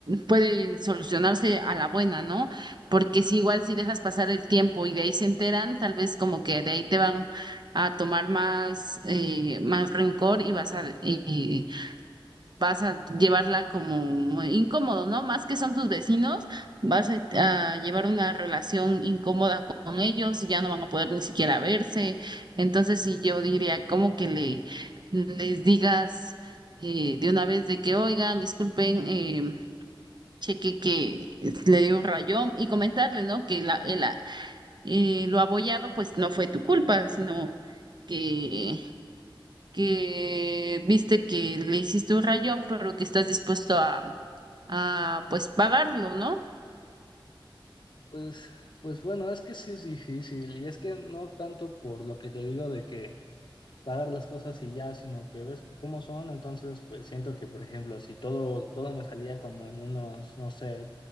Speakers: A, on the right; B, on the left.
A: pueden solucionarse a la buena, ¿no? Porque si igual si dejas pasar el tiempo y de ahí se enteran, tal vez como que de ahí te van a tomar más, eh, más rencor y vas a, eh, vas a llevarla como incómodo, ¿no? Más que son tus vecinos, vas a, a llevar una relación incómoda con ellos y ya no van a poder ni siquiera verse. Entonces, sí, yo diría como que le, les digas eh, de una vez de que, oigan, disculpen, eh, cheque que es- le dio un rayón y comentarle, ¿no? Que la, el a- eh, lo abollado, pues no fue tu culpa, sino... que que viste que le hiciste un rayón, pero que estás dispuesto a, a pues pagarlo, ¿no?
B: Pues, pues bueno, es que sí es difícil y es que no tanto por lo que te digo de que pagar las cosas y ya, sino que ves que cómo son, entonces pues siento que, por ejemplo, si todo, todo me salía como en unos, no sé,